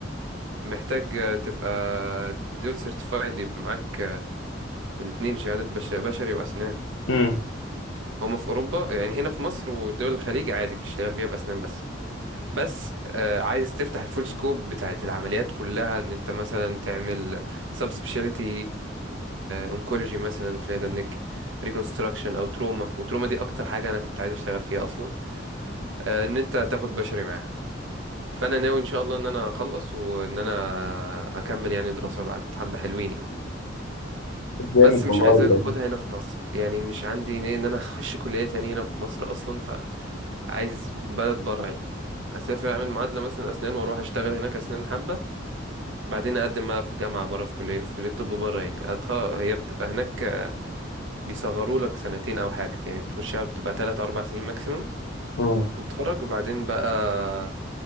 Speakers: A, on the right; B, on the left.
A: محتاج آه، تبقى دول سيرتيفايد يبقى معاك آه، الاثنين شهاده بش- بشري واسنان
B: امم
A: هما في اوروبا يعني هنا في مصر ودول الخليج عادي بتشتغل بيها باسنان بس بس آه عايز تفتح الفول سكوب بتاعت العمليات كلها ان انت مثلا تعمل سب سبيشاليتي اونكولوجي مثلا في الهيد اند نيك ريكونستراكشن او تروما وتروما دي اكتر حاجه انا كنت عايز اشتغل فيها اصلا آه ان انت تاخد بشري معاها فانا ناوي ان شاء الله ان انا اخلص وان انا اكمل يعني دراسه بعد حبه حلوين يعني
B: جامد
A: بس مش
B: والله
A: عايز اخدها
B: يعني
A: هنا في مصر يعني مش عندي نية ان انا <laughs> اخش كليه تانية هنا في مصر اصلا عايز بلد بره يعني اسافر اعمل معادله مثلا اسنان واروح اشتغل هناك اسنان حبه بعدين اقدم بقى في جامعه بره في كليه في كليه طب بره يعني أتخ... هي بتبقى هناك بيصغروا لك سنتين او حاجه يعني بتخشها بتبقى 3 4 سنين ماكسيمم
B: مم.
A: وتتخرج وبعدين بقى